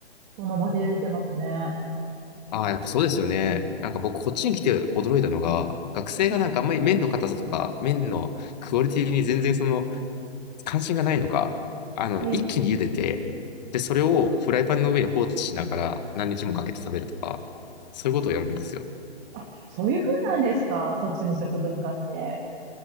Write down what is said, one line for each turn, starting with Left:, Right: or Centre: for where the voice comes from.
Right: その場で茹でてますね。
Left: ああ、やっぱそうですよね。なんか僕、こっちに来て驚いたのが、学生がなんかあんまり麺の硬さとか、
Right: うん
Left: 麺のクオリティに全然その、関心がないのかあの、
Right: で、
Left: 一気に茹でて、で、それをフライパンの上に放置しながら何日もかけて食べるとか、そういうことをやるんですよ。
Right: あ、そういう風なんですかそっちの食文化って。